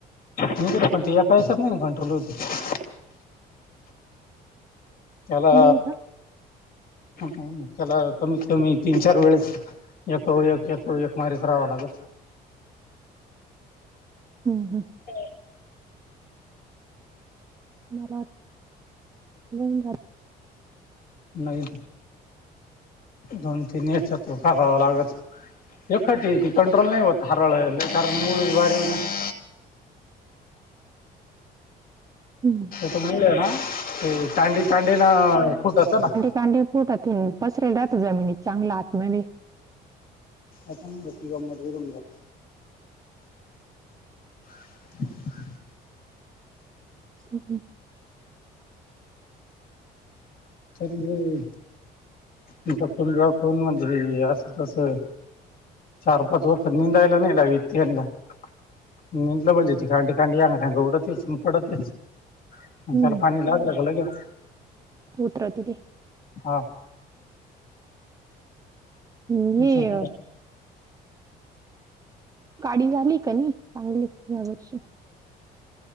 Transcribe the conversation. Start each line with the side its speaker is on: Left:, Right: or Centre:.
Left: गलं पण या काैसात नाही ना कंट्रोल होतं. त्याला,,,
Right: नाही का?
Left: ऽत्याला कमीत कमी तीन चार वेळेस एक वर, एक मारीच राहावा लागलऽ
Right: हां हां,
Left: ते,
Right: मला,, लोन झाऽ
Left: नाही,, दोन तीन चतुकार करावा लागलऽ एखाटी ती कंट्रोल नाही होत,, हरवळलं कारण मूळ वारी नाहीऽ
Right: हम्म,
Left: त मुळे ना,, ते चांडी चांडी ना फुटत नाऽ
Right: कांडीपूटात पसरला जातं जमिनीत चांगला आतमध्येध्येऽ
Left: अां बतीिगाव मध्ये गूनऽ ह
Right: हम्,
Left: री, पण ज फोन मध्ये असं तसऽ चार पाच व प निंदायला नाही लावित यंदा. निेंदलं म्हणजे ती, खांडी खांडीग गवडतच पडतचऽ
Right: हम्म
Left: त्याला पाणी लागला ग लगेचऽ
Right: होत राहत तेऽ
Left: हा,
Right: ् हे,,
Left: चांगलं
Right: काडी झाली का नाही चांगली,,, या वर्षी.